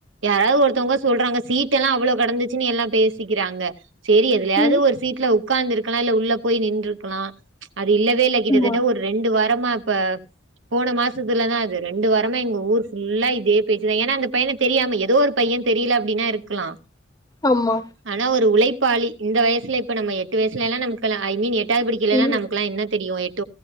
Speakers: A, on the right; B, on the left.
A: யாராவது ஒருத்தவங்க சொல்றாங்க சீட் ட்டுல்லா அவ்ளோ கடந்துச்சுன்னு எல்லா பேசிக்கிறாங்க சேரி எதிலியாவது
B: ம்
A: ஒரு சீட்ல உ உட்காந்து இருக்கலா இல்ல உள்ள போய் நின் ன்று இருக்கலா அது இல்லவே இல்ல கிட்டத்தட்ட
B: ஆமா
A: ஒரு ரெண்டு வாரமா இப்ப போன மாசத்துலதா அது ரெண்டு வாரமா எங்க ஊர் ஃபுல்லா இதே பேச்சுதான் ஏா அந்த பையனை தெரியாம ஏதோ ஒரு பையன் தெரியல அப்படின்னா இருக்கலா
B: ஆமா
A: ஆனா ஒரு உழைப்பாளி இந்த வயசு இல்ல இப்ப நம்ம எட்டு வயசுலலாம் நமக்குல ஐ மீன் எட் எட்டாவது படிக்கலேனா
B: ம்
A: நமக்குலா என்ன தெரியு எட்